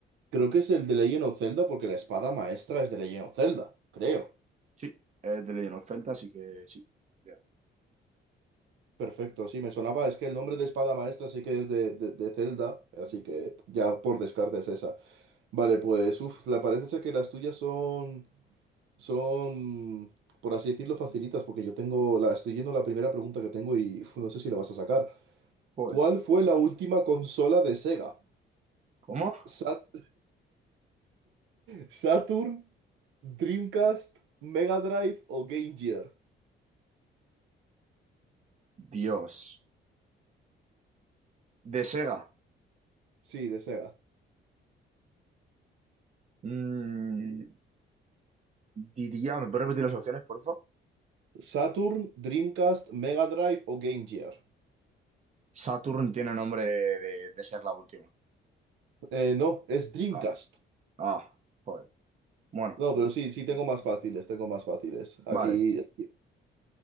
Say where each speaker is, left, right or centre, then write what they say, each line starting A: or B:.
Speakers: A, on the right; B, on the right.
A: Creo que es el de Legend of Zelda porque la espada maestra es de Legend of Zelda, creo.
B: Sí, es The Legend of Zelda, así que sí. Ya.
A: Perfecto, sí, me sonaba, es que el nombre de espada maestra sí que es de, de, de Zelda, así que ya por descarte es esa. Vale, pues, uff, la parece ser que las tuyas son... Son, por así decirlo, facilitas, porque yo tengo, la, estoy yendo a la primera pregunta que tengo y uf, no sé si la vas a sacar.
B: Joder.
A: ¿Cuál fue la última consola de Sega?
B: ¿Cómo?
A: Sat- ¿Saturn, Dreamcast, Mega Drive o Game Gear?
B: Dios. De Sega.
A: Sí, de Sega.
B: mm, diría, ¿me puedes repetir las opciones, por favor?
A: ¿Saturn, Dreamcast, Mega Drive o Game Gear?
B: Saturn tiene nombre de, de ser la última.
A: Eh, no, es Dreamcast.
B: Ah, ah, joder. Bueno,
A: No, pero sí, sí, tengo más fáciles, tengo más fáciles. Aquí,
B: vale.
A: aquí-